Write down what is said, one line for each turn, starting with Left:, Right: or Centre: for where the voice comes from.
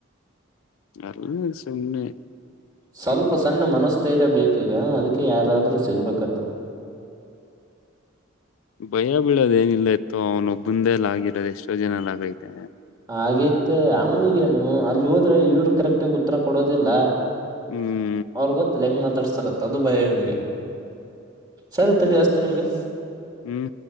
Left: ಅದು ಸುಮ್ಮನೆ
Right: ಸ್ವಲ್ಪ ಸಣ್ಣ ಮನಸ್ಥೈರ ಬೇಕೀಗ ಅದಕ್ಕೆ ಯಾರಾದ್ರರು ಸಿಗ್ಬೇಕತ್ರ
Left: ಭಯ ಬೀಳೋದ ಏನಿಲ್ಲ ಎತ್ತು ಅವ್ನ ಒಬ್ಬಂದೆಲ್ಲ ಆಗಿರೋದು ಎಷ್ಟೋ ಜನದು ಆಗೈತೆ
Right: ಹಾಗೇತ್ತ ಅವನಿಗೇನು ಅಲ್ಲಿ ಹೋದ್ರೆ ಇವ್ರ ಕರೆಕ್ಟಗ ಉತ್ತರ ಕೊಡೋದಿಲ್ಲ
Left: ಹ್ಮ್
Right: ಅವ್ರಗ್ ಗೊತ್ತಲ್ಲ ಹೆಂಗ್ ಮಾತಾಡ್ಸ್ತಾರತ್ತ ಅದು ಭಯ ಇವ್ನಿಗೆ ಸರಿ ತಳಿ ಅಸ್ತಿ ನಿಂಗೆ
Left: ಹ್ಮ್